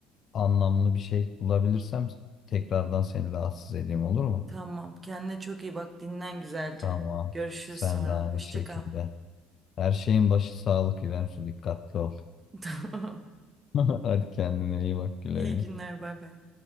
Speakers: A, on the left; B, on the right.
A: anlamlı bir şey bulabilirsem tekrardan seni rahatsız edeyim olur mu?
B: Tamam kendine çok iyi bak dinlen güzelce.
A: Tamam.
B: Görüşürüz
A: Sen
B: sonra.
A: de aynı
B: Hoşça
A: şekilde.
B: kal.
A: Her şeyin başı sağlık İrem Su dikkatli ol.
B: <laughs> Tamam.
A: <laughs> Hadi kendine iyi bak güle
B: İyi
A: güle.
B: günler bay bay.